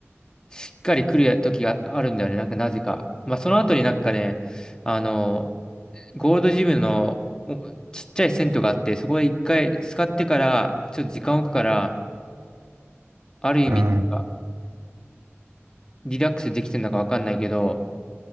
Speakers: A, on the left (about 15°); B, on the right (about 60°).
A: しっかり来る時があるんだよね。なんかなぜか。まあ、その後になんかね、あの、ゴールドジムのおちっちゃい銭湯があって、そこで一回使ってから、ちょっと時間置くから、ある意味なんか、
B: うん。うん
A: リラックスできてるのかわかんないけど、